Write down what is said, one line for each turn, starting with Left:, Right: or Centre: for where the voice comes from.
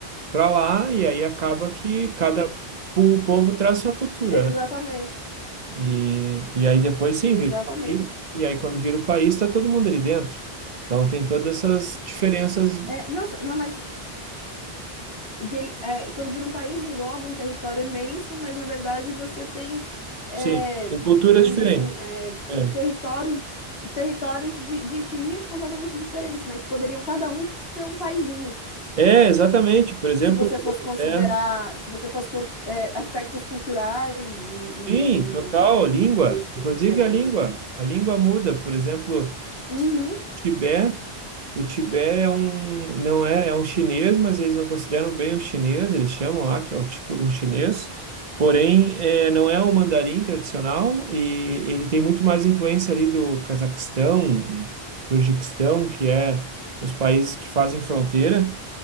Right: para lá, e aí acaba que cada
Left: E-
Right: po- povo traz sua cultura,
Left: Exatamente,
Right: né? E, e aí depois sim
Left: exatamente.
Right: vira o país, e aí quando vira o país está todo mundo ali dentro. Então tem todas essas diferenças,
Left: É, nossa, não, mas E ele, é, quando vira um país, engloba um território imenso, mas na verdade você tem, é,
Right: sim, tem culturas
Left: vamos
Right: diferentes.
Left: dizer assim, é,
Right: É,
Left: territórios, territórios de, de etnias completamente diferentes, né? Que poderiam cada um ser um paizinho.
Right: É, exatamente. Por exemplo,
Left: Se você fosse considerar,
Right: é.
Left: se você fosse, con- é, aspectos culturais e, e,
Right: Sim, total,
Left: e-
Right: língua.
Left: e esse tipo
Right: Inclusive
Left: de coisa,
Right: a língua.
Left: né?
Right: A língua muda. Por exemplo,
Left: Uhum.
Right: Tibete, o Tibete é um, não é, é um chinês, mas eles não consideram bem um chinês, eles chamam lá que é o tipo de um chinês. Porém, é, não é o mandarim tradicional e ele tem muito mais influência ali do Cazaquistão, Turquistão, que é os países que fazem fronteira.